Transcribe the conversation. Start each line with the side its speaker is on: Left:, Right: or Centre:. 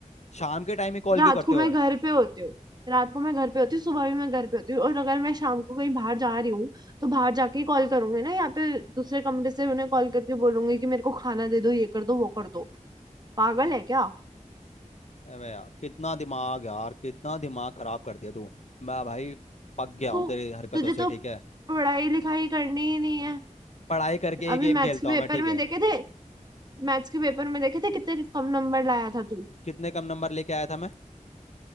Left: शाम के टाइम ही कॉल
Right: रात
Left: क्यों करते
Right: को मैं
Left: हो
Right: घर पे होती हूँ रात को मैं घर पे होती हूँ सुबह भी मैं घर पे होती हूँ और अगर मैं शाम को कहीं बाहर जा रही हूँ तो बाहर जाके ही कॉल करूंगी ना यहाँ पे दूसरे कमरे से उन्हें कॉल करके बोलूंगी कि मेरे को खाना दे दो ये कर दो वो कर दो पागल
Left: अ-
Right: है क्या
Left: अबे यार कितना दिमाग यार कितना दिमाग खराब करती है तू मैं भाई पक गया हूँ
Right: तू
Left: तेरी हरकतों
Right: तुझे
Left: से
Right: तो
Left: ठीक है
Right: पढ़ाई लिखाई करनी ही नहीं है
Left: पढ़ाई करके
Right: अभी
Left: ही गेम
Right: मैथ्स
Left: खेलता
Right: के पेपर
Left: हूँ मैं ठीक
Right: में
Left: है
Right: देखे थे मैथ्स के पेपर में देखे थे कितने कम नंबर लाया था तू
Left: कितने कम नंबर लेके आया था मैं